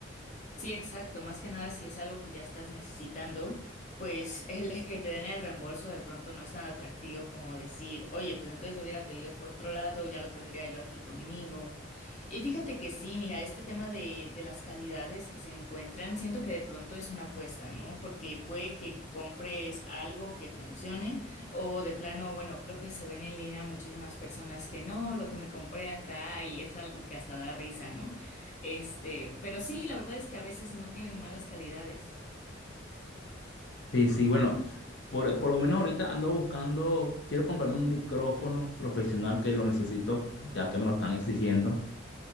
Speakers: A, on the left (about 40°); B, on the left (about 65°).
A: Sí, exacto. Más que nada, si es algo que ya estás necesitando, pues el que te den el reembolso de pronto no es tan atractivo como decir, oye, pues entonces lo hubiera pedido por otro lado, ya lo tendría yo aquí conmigo. Y fíjate que sí, mira, este tema de, de las calidades que se encuentran, siento que de pronto es una apuesta, ¿no? Porque puede que compres algo que funcione o de plano, bueno, creo que se ven en línea muchísimas personas que no, lo que me compré acá y es algo que hasta da risa, ¿no? Este, pero sí, la verdad es que a veces no tienen malas calidades.
B: Sí, sí, bueno, por, por lo menos ahorita ando buscando, quiero comprarme un micrófono profesional que lo necesito, ya que me lo están exigiendo.